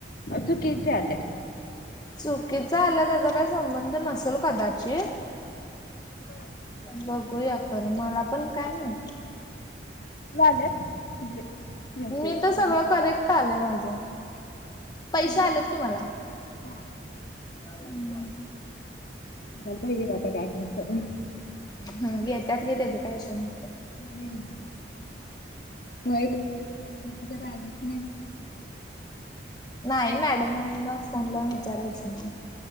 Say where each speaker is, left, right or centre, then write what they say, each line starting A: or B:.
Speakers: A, on the left; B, on the left.
A: चुकीचे आलेत.
B: चुकीचा आलं त्याचा काही संबंध नसेल कदाचित
A: ह
B: बघूया खरं मला पण काय माहित
A: वालंत म्हणे मेसेज
B: मी तर
A: ते
B: सगळं करेक्ट आलंय माझ पैसे
A: हम्म.
B: आलेत कि मला
A: हा.
B: ह
A: बघ की आता काय करायचं
B: ह घ त्यात घेताचं काही विषय ना
A: हम्म वैरत ज आलंच नाही तर
B: नाही मॅडमना फोन लावून विचारायचं मग